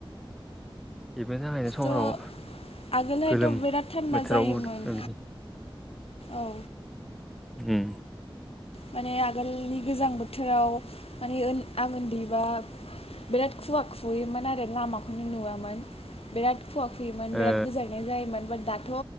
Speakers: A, in the centre; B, on the left.
A: बेफोरनि थाखायनो सहराव
B: थ' आगोलहायथ'
A: गोलोम
B: बिराद थान्दा
A: बोथोराव
B: जायोमोन।
A: उम
B: औ
A: उम
B: माने आगोलनि गोजां बोथोराव माने ओ‌ आं उन्दै बा बिराद खुवा खुयोमोन आरो लामाखौनो नुवामोन बिराद खुवा खुयोमोन बिराद
A: ओ
B: गोजांनाय जायोमोन बाट दाथ'